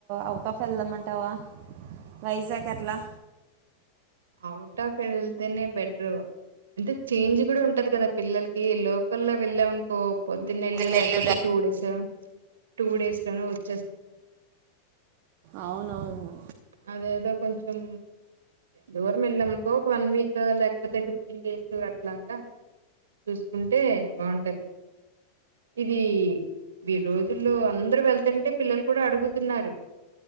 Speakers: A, on the right; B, on the right.
A: అవుట్ ఆఫ్ వెళ్దామంటావా? వైజాగ్ అట్లా
B: ఔట్ ఆఫ్ వెళ్తేనే బెటరు అంటే చేంజ్ కూడా ఉంటది కదా పిల్లలకి లోకల్ల్లో వెళ్ళామనుకో పొద్దునెల్
A: నెల్లూరు
B: లేకపోతే టూ డేస్ టూ డేస్ లోనూ వచ్చేస్తాం
A: అవునవును
B: అదే ఏదో కొంచం దూరం వెళ్ళామ అనుకో ఒక వన్ వీక్ లేకపోతే ఫిఫ్టీన్ డేస్ అట్లాగా చూసుకుంటే బాగుంటది ఇది వ రోజుల్లో అందరూ వెళ్తంటే పిల్లలు కూడా అడుగుతున్నారు